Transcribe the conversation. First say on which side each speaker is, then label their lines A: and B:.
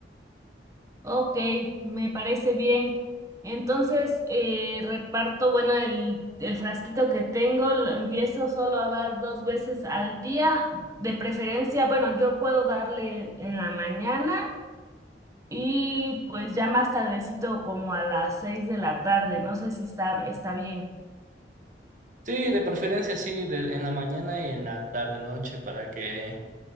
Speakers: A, on the right; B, on the right.
A: Ok, me parece bien. Entonces, eh, reparto, bueno, el, el frasquito que tengo, lo empiezo solo a dar dos veces al día, de preferencia, bueno, yo puedo darle en la mañana. Y pues ya más tardecito, como a las seis de la tarde, no sé si está, está bien.
B: Sí, de preferencia sí, de- en la mañana y en la tarde noche para que